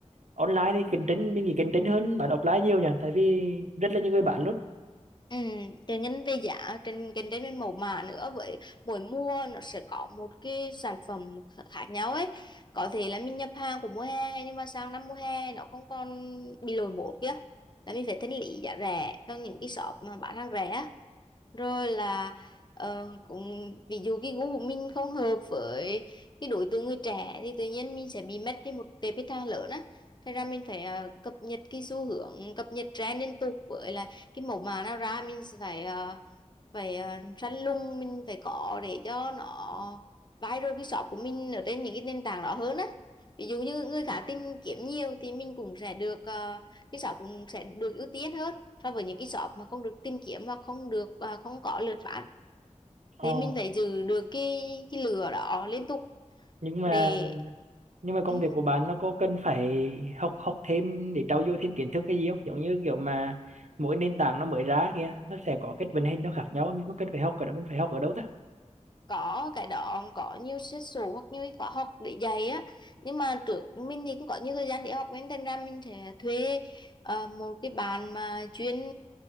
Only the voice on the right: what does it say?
online thì cạnh tranh mình nghĩ cạnh tranh hơn bán offline nhiều nhỉ tại vì rất là nhiều người bán luôn
ờ.
nhưng mà
nhưng mà công
việc của bạn nó có cần phải học học thêm để trau dồi thêm kiến thức hay gì không giống như kiểu mà mỗi nền tảng nó mới ra kia nó sẽ có cái vận hành nó khác nhau mình có cần phải học ở đó mình phải học ở đâu ta